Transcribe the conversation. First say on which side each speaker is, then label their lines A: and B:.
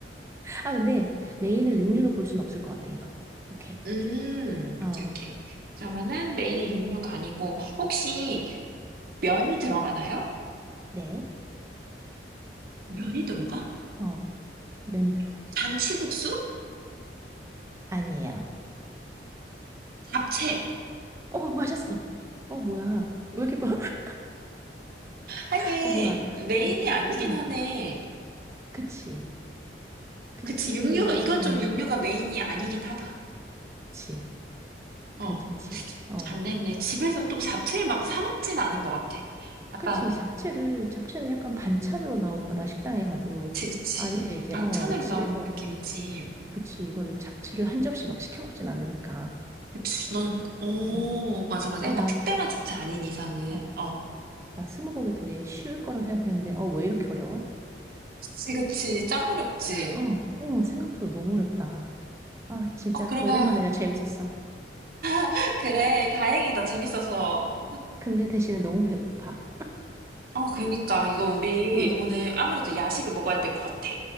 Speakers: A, on the right; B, on the right.
A: 아, 근데 메인을 육류로 볼 순 없을 것 같아, 이건. 오케이.
B: 음,
A: 어,
B: 오케이, 오케이. 그러면은 메인은 육류가 아니고 혹시 면이 들어가나요?
A: 네.
B: 면이 들어가?
A: 어, 면이 들어가지.
B: 잔치국수?
A: 아니에요.
B: 잡채.
A: 어, 맞았어. 어, 뭐야. 왜 이렇게 봐? <laughs>
B: 하긴
A: 어, 뭐야.
B: 메인이
A: 자,
B: 아니긴
A: 어,
B: 하네.
A: 그치. 그치.
B: 그치,
A: 근데
B: 육류가
A: 이게,
B: 이건
A: 어,
B: 좀 육류가 메인이 아니긴 하다.
A: 그치.
B: 어.
A: 괜찮지. 어,
B: 잘 됐네. 집에서 또 잡채를 막 사 먹진 않은 것 같아. 약간
A: 그치. 잡채를, 잡채는 약간 반찬으로 나오거나 식당에 가도
B: 그치 그치.
A: 아니면 이제,
B: 반찬으로
A: 어, 집에서,
B: 나오는 느낌이지.
A: 그치. 이거를 잡채를 한 접시 막 시켜 먹진 않으니까.
B: 그치. 넌 오,
A: 어,
B: 맞아 맞아.
A: 어,
B: 약간
A: 나,
B: 특별한 잡채 아닌 이상은.
A: 어,
B: 어.
A: 나 스무고개 되게 쉬울 거라 생각했는데, 어, 왜 이렇게 어려워?
B: 그치 그치. 짱 어렵지.
A: 어, 어, 생각보다 너무 어렵다. 아, 진짜
B: 어 그러면
A: 오랜만에 내가 재밌었어.
B: <laughs> 그래. 다행이다. 재밌어서.
A: 근데 대신에 너무 배고파.
B: 어 그니까 이거 우리
A: 어,
B: 오늘 아무래도 야식을 먹어야 될 것 같아.